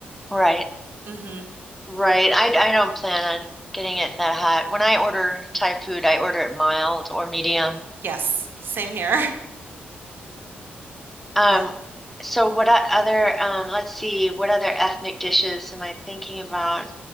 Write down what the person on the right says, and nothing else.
mm hmm
Yes, same here. <laughs>
Yeah.